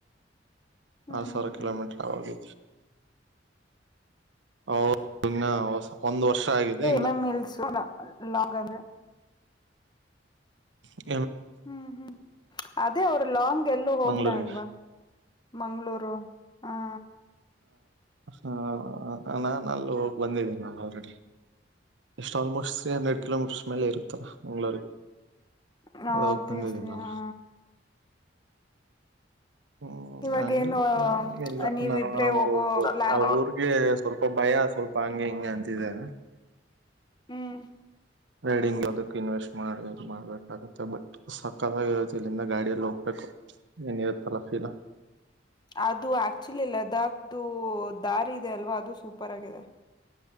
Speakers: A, on the left (about 25°); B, on the right (about 80°).
A: ಹ್ಮ್
B: ಆರು ಸಾವಿರ
A: ಹ್ಮ್
B: ಕಿಲೋಮೀಟರ್
A: ಹ್ಮ್
B: ಅವಗೆ ಅವರಿನ್ನ ಒಂದು ವರ್ಷ ಆಗಿದೆ
A: ಮೆಂ ಮಿಲ್ಸುರ ಲಾಗ್ ಆದ್ರೆ
B: ಹ
A: ಹ್ಮ್ ಹ್ಮ್ ಅದೇ ಅವರು ಲಾಂಗ್ ಎಲ್ಲೂ ಹೋಗ್ಲ
B: ಮಂಗ್ಳೂರ್ಗೆ
A: ಅಲ್ವಾ ಮಂಗಳೂರು ಹ
B: ಹಾ ನಾನ ಅಲ್ಲಿ ಹೋಗಿ ಬಂದಿದ್ದೇನಿ ಆಲ್ರೆಡಿ ಇಷ್ಟು ಆಲ್ಮೋಸ್ಟ್ ಸೇಮ್ ಏಟ್ ಕಿಲೋಮೀಟರ್ಸ್ ಮೇಲೆ ಇರುತ್ತೆ ಮಂಗಳೂರಿಗೆ
A: ಹ
B: ಅದು ಹೋಗಿ
A: ಬ್ಬಿಯಸ್ಲಿ
B: ಬಂದಿದ್ದೀನಿ ನಾನು
A: ಹಾ
B: ಹ್ಮ್
A: ಇವಾಗೇನು
B: ಅಂಗೆ ಏನಿಲ್ಲ.
A: ನೀವಿಬ್ರೇ
B: ನಾನ್ ಆರಾಮಾಗಿ
A: ಹೋಗೋ
B: ಹೋಗಬಹುದು
A: ಪ್ಲಾನ್
B: ಅಊರ್ರಿಗೆ ಸ್ವಲ್ಪ ಭಯ ಸ್ವಲ್ಪ ಹಂಗೆ ಹಿಂಗೆ ಅಂತಿದರೆ
A: ಹ್ಮ್
B: ರೈಡಿಂಗ್ ಅದಕ್ ಇನ್ವೆಸ್ಟ್ ಮಾಡಿ ಇದು ಮಾಡ್ಬೇಕಾಗುತ್ತೆ ಬಟ್ ಸಕತಗಿ ಇರುತ್ತೆ ಇಲ್ಲಿಂದ ಗಾಡಿಯಲ್ಲಿ ಹೋಗ್ಬೇಕು ಏನಿರುತ್ತಲ್ಲ ಫೀಲ್
A: ಅದು ಆಕ್ಚುಲಿ ಲದಾಖ್ದು ದಾರಿ ಇದೆ ಅಲ್ವಾ ಅದು ಸೂಪರ್ ಆಗಿದೆ